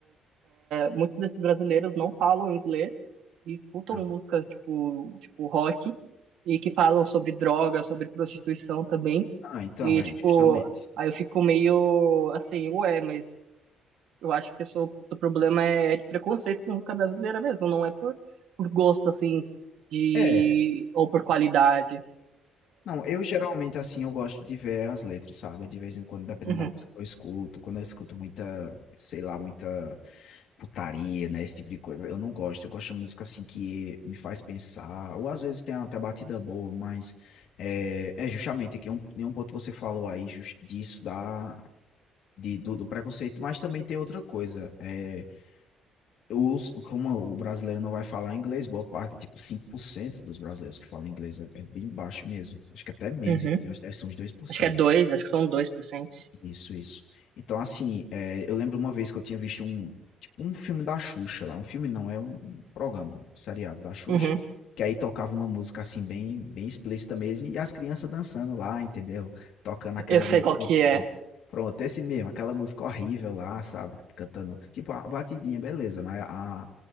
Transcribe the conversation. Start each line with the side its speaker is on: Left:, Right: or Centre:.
Right: muitos desses brasileiros não falam inglês e escutam
Left: Não.
Right: músicas tipo, tipo rock e que falam sobre droga, sobre prostituição também.
Left: Ah, então,
Right: E,
Left: é,
Right: tipo,
Left: justamente.
Right: aí eu fico meio assim, ué, mas eu acho que isso, o seu seu problema é de preconceito com música brasileira mesmo, não é por, por gosto, assim, de,
Left: É,
Right: ou por qualidade.
Left: não, eu geralmente, assim, eu gosto de ver as letras, sabe? De vez em quando, dependendo
Right: Uhum,
Left: da música que eu escuto. Quando eu escuto muita, sei lá, muita. putaria, né? Esse tipo de coisa. Eu não gosto. Eu gosto de música assim que me faz pensar. Ou às vezes tem até batida boa, mas é, é justamente aqui um, em um ponto que você falou aí jus- disso da. De, do, do preconceito, mas também tem outra coisa. É, os, como o brasileiro não vai falar inglês, boa parte, tipo 5% dos brasileiros que falam inglês é, é bem baixo mesmo. Acho que até menos,
Right: uhum.
Left: inclusive, acho que deve ser uns dois por cento
Right: Acho que é dois, acho que são 2%.
Left: isso, isso. Então, assim, é, eu lembro uma vez que eu tinha visto um, tipo, um filme da Xuxa lá. Um filme não, é um um programa, um seriado da Xuxa.
Right: Uhum.
Left: Que aí tocava uma música, assim, bem, bem explícita mesmo. E as crianças dançando lá, entendeu? Tocando aquela
Right: Eu sei
Left: música.
Right: qual que
Left: ho-
Right: é.
Left: é, pronto, esse mesmo, aquela música horrível lá, sabe? Cantando. Tipo, a batidinha, beleza, mas a,